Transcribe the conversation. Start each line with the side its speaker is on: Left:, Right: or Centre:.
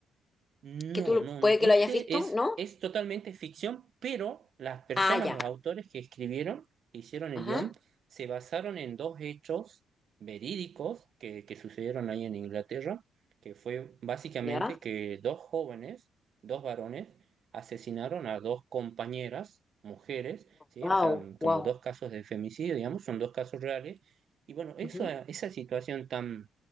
Right: No,
Left: que tú lo-
Right: no,
Left: puede
Right: no. Este
Left: que lo hayas visto,
Right: es,
Left: ¿no?
Right: es totalmente ficción, pero las personas,
Left: Ah, ya.
Right: los autores que escribieron, que hicieron el
Left: Ajá.
Right: guión, se basaron en dos hechos verídicos que, que sucedieron ahí en Inglaterra, que fue básicamente
Left: Ya.
Right: que dos jóvenes, dos varones, asesinaron a dos compañeras, mujeres, ¿sí?
Left: Wow,
Right: O sea, como
Left: wow.
Right: dos casos de femicidio, digamos, son dos casos reales. Y bueno, eso,
Left: Ujú.
Right: esa situación tan